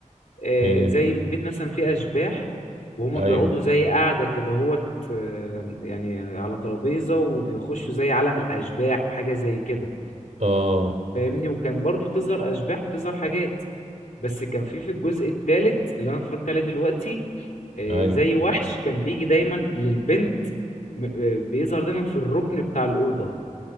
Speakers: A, on the left; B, on the right.
A: آه
B: ايه
A: زي بيت مثلا فيه اشباح وهما
B: ايوه
A: بيقعدوا زي قاعدة كده هوت آه، يعني على ترابيزة وبيخشوا زي عالم الاشباح وحاجة زي كده
B: اه
A: فاهمني وكان برضو بتظهر اشباح وبتظهر حاجات بس كان في في الجزء الثالث اللي انا اتفرجت عليه دلوقتي آه،
B: ايوه
A: زي وحش كان بيجي دايما للبنت م- آه، بيظهر دايما في الركن بتاع الاوضه